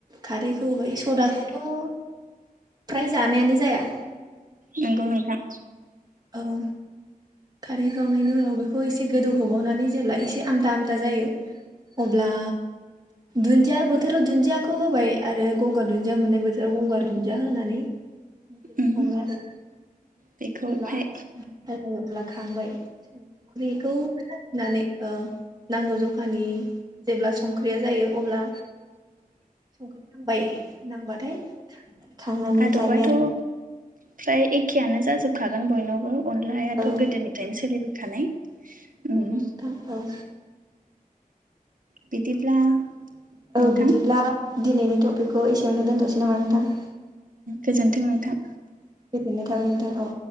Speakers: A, on the right; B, on the right.
A: खारैखौ होबाय सदाखौथ' फ्राय जानायानो जाया।
B: नंगौ नोंथां।
A: ओं खारै होखांनायनि उनाव बेखौ एसे गोदौहोबावनानै जेब्ला एसे आमदा आमदा जायो। अब्ला दुन्दिया बोथोराव दुन्दियाखौ होबाय आरो गंगार दुन्दिया मोननाय बोथोराव गंगार दुन्दिया होनानै। <inaudible> बिदिनो
B: उम
A: सङो आरो
B: बेखौहाय
A: जेब्ला जायो अब्ला खांबाय। सुंख्रिखौ होनानै ओ नांगौ जखानि जेब्ला संख्रिया जायो अब्ला संख्रि नांबाय। नांबाथाय थांनानै
B: आदबाथ'
A: जायो आरो।
B: फ्राय एखेयानो जाजोबखागोन बयनावबो अनलायाथ'
A: औ
B: गोदोनिफ्रायनो सोलिबोखानाय
A: नंगौ
B: ओम।
A: नोंथां औ
B: बिदिब्ला
A: औ
B: नोंथां
A: बिदिब्ला दिनैनि टपिकखौ एसेयावनो दोनथ'सै नामा नोंथां?
B: गोजोन्थों नोंथां।
A: गोजोननाय थागोन नोंथां औ।